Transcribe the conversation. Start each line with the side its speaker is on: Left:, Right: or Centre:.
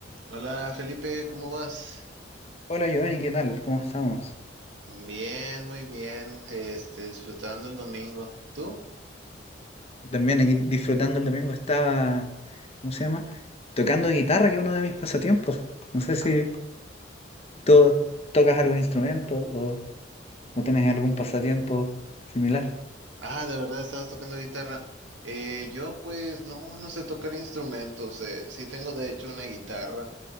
Right: Hola Felipe, ¿cómo vas?
Left: Hola Giovanni, ¿qué tal? ¿Cómo estamos?
Right: Bien, muy bien. Este, disfrutando el domingo. ¿Tú?
Left: También aquí disfrutando el domingo estaba, ¿cómo se llama? Tocando guitarra, que es uno de mis pasatiempos. No sé si
Right: Ah,
Left: tú tocas algún instrumento o, o tienes algún pasatiempo similar.
Right: ah, de verdad estabas tocando guitarra. Eh, yo pues no, no sé tocar instrumentos. eh, Sí tengo de hecho una guitarra,